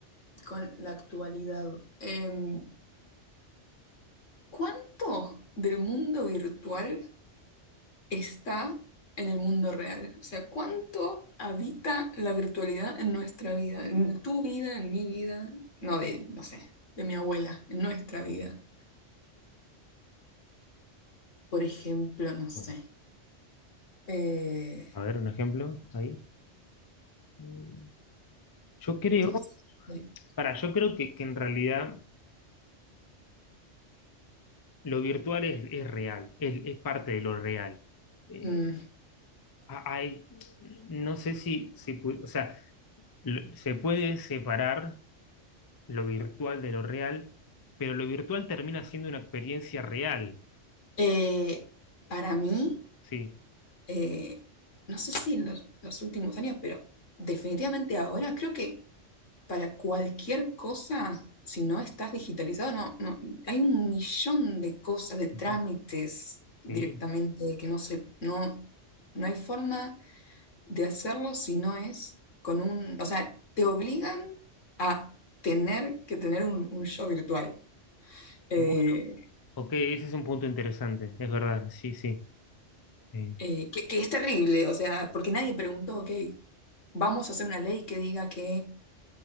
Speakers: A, on the left; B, on the left.
A: con la actualidad. Em, ¿cuánto del mundo virtual está en el mundo real? O sea, ¿cuánto habita la virtualidad en nuestra vida? En tu vida, en mi vida, no de, no sé, de mi abuela, en nuestra vida. Por ejemplo, no sé.
B: bueno,
A: eh,
B: a ver, un ejemplo ahí. Mm, Yo creo,
A: no sé.
B: para, yo creo que, que en realidad lo virtual es, es real, es, es parte de lo real. Eh,
A: Mm,
B: ha- hay, no sé si, si pu- o sea, lo- se puede separar lo virtual de lo real, pero lo virtual termina siendo una experiencia real.
A: eh, para mí...
B: Sí.
A: eh, no sé si en los, los últimos años, pero definitivamente ahora creo que para cualquier cosa, si no estás digitalizado, no, no, hay un millón de cosas, de trámites
B: Ujú.
A: directamente
B: Sí.
A: que no se, no, no hay forma de hacerlo si no es con un, o sea, te obligan a tener que tener un, un show virtual. Eh,
B: Bu- Ok, ese es un punto interesante, es verdad, sí, sí. Eh,
A: eh, que, que es terrible, o sea, porque nadie preguntó, ok, vamos a hacer una ley que diga que